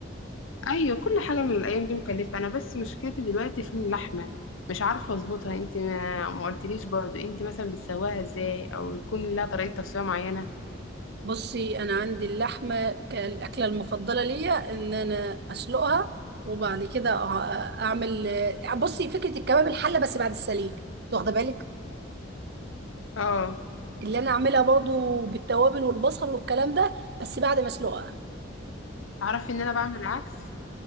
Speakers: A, on the left; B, on the right.
A: ايوه كل حاجه من الايام دي مكلفه انا بس مشكلتي دلوقتي في اللحمه مش عارفه اظبطها انت ما ما قلتليش برضو انت مثلا بتسواها ازاي او يكون لها طريقه تسويه معينه
B: بصي انا عندي اللحمه كالاكله المفضله ليا ان انا اسلقها وبعد كده أع- اعمل بصي فكره الكباب الحله بس بعد السليق أنت واخده بالك
A: اه
B: اللي انا اعملها برضو بالتوابل والبصل والكلام ده بس بعد ما اسلقها
A: تعرفي ان انا بعمل العكس